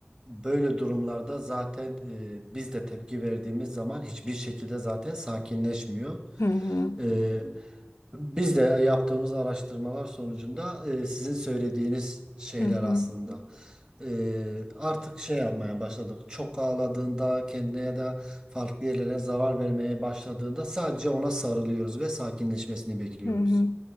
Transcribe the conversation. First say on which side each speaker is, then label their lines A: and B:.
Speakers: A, on the right (about 20°); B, on the left (about 70°).
A: böyle durumlarda zaten e, biz de tepki verdiğimiz zaman hiçbir şekilde zaten sakinleşmiyor.
B: Hı hı.
A: Ee, biz de yaptığımız araştırmalar sonucunda e, sizin söylediğiniz şeyler
B: Hı hı.
A: aslında. E, artık şey yapmaya başladık. Çok ağladığında kendine ya da farklı yerlere zarar vermeye başladığında sadece ona sarılıyoruz ve sakinleşmesini bekliyoruz.
B: Hı hı.